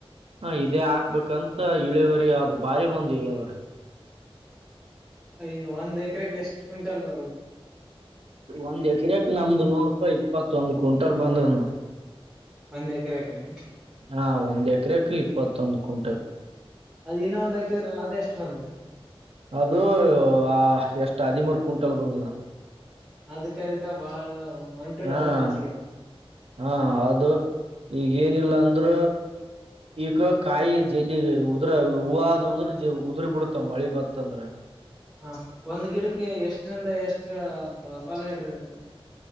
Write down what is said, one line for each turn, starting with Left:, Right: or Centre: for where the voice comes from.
Right: ಹ ಇದೇ ಹಾಕ್ಬೇಕಂತ ಇಳವರಿ ಅದು ಬಾರಿ ಬಂದ್ ಇಳವ್ರ
Centre: <inaudible> ಅಯ್ಯ ಒಂದ್ ಎಕರೆಕ್ ಎಷ್ಟ್ ಕ್ವಿಂಟಲ್ ಬರದು
Right: ಒಂದ್ ಎಕರೆಕ್ ನಮ್ದು ನೂರ್ ರೂಪಾಯಿ ಇಪ್ಪತ್ತ ಒಂದು ಕ್ವಿಂಟಲ್ ಬಂದದ್ ನೋಡರಿ
Centre: ಒಂದ್ ಎಕರೆ ಎಕರೆ
Right: ಹಾ ಒಂದ್ ಎಕರೆಕ್ ಇಪ್ಪತ್ತೊಂದು ಕುಟ್ಟಲ್
Centre: ಅದ ಇನ್ನೊಂದ ಹಾಕಿದ್ರಲ್ಲ ಅದದೆಷ್ಟ ಬಂದತರಿ
Right: ಅದು ಹಾ ಎಷ್ಟ ಹದಿಮೂರು ಕುಟ್ಟಲ್ ಬಂದಿದ
Centre: ಅದ್ಕ ಇದಕ ಬಾಳ ಒನ್ ಟು
Right: ಹಾ
Centre: ಡಬಲ್ ಹೆಚ್ಚಿಗೆ
Right: <inaudible> ಹಾ ಅದ ಈಗ ಏನಿಲ್ಲ ಅಂದ್ರ ಈಗ ಕಾಯಿ ಜೈಲಿ ಉದ್ರ ಹೂವದಅಂದ್ರ ಉದ್ರ ಬಿಡ್ತಾವ ಮಳಿ ಬಂತ ಅಂದ್ರ
Centre: ಹ ಒಂದ್ ಗಿಡಕ್ಕೆ ಎಷ್ಟರಿಂದ ಎಷ್ಟ ಫಲ ಹಿಡ್ದತ್ರಿ